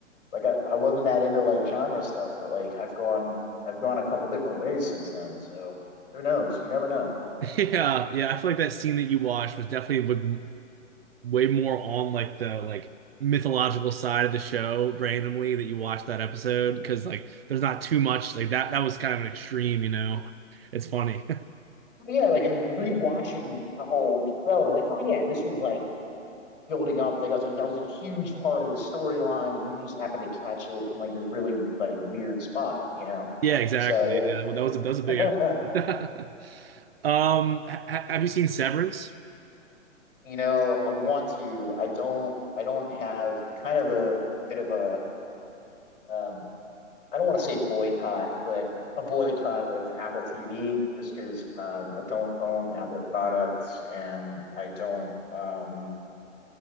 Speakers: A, on the left; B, on the right.
A: Like I, I wasn't that into like genre stuff, but like I've gone I've gone a couple different ways since then. So who knows? You never know.
B: yeah, yeah. I feel like that scene that you watched was definitely like way more on like the like mythological side of the show randomly that you watch that episode because like there's not too much like that that was kind of an extreme you know it's funny
A: But yeah, like I'm rewatching the whole show. Like, oh yeah, this was like building up. Like I was like, that was a huge part of the storyline, and you just happened to catch it in like this really like weird spot, you know?
B: <laughs> yeah exactly
A: So
B: yeah well, that was a that was a big
A: yeah.
B: episode
A: <laughs>
B: <laughs> um ha ha- have you seen Severance
A: you know, I want to. I don't. I don't have the kind of a bit of a. Um, I don't want to say boycott, but a boycott of Apple TV just because um, I don't own Apple products and I don't. Um,